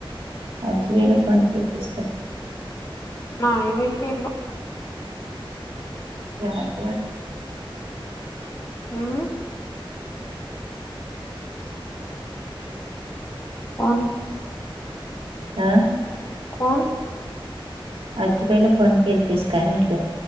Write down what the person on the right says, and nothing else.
आजी बाई का फोन केलतीस काय
बराबर
हम
आजीबाहिला फोन केल तस काय म्हंटलं